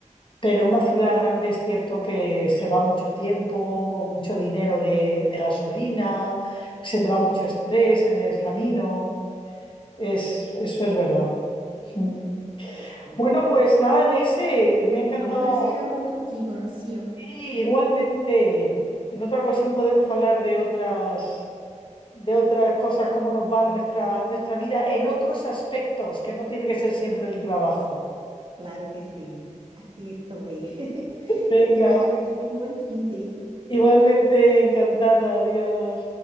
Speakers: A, on the left; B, on the right.
A: Pero en una ciudad grande es cierto que se va mucho tiempo, mu- mucho dinero de, de gasolina, se te va mucho estrés en el camino. Es, eso es
B: sí.
A: verdad. Mm.
B: sí, sí.
A: Bueno, pues nada, Neise, me ha encantado.
B: Ah, Un placer hablar contigo, Rocío.
A: Sí, igualmente. En otra ocasión podemos hablar de otras, de otras cosas, cómo nos va nuestra, nuestra vida en otros aspectos, que no tiene que ser siempre el trabajo.
B: Claro que sí. Aquí estoy. <laughs>
A: Venga,
B: Que te vaya bien. Buen fin de.
A: igualmente encantada, adiós.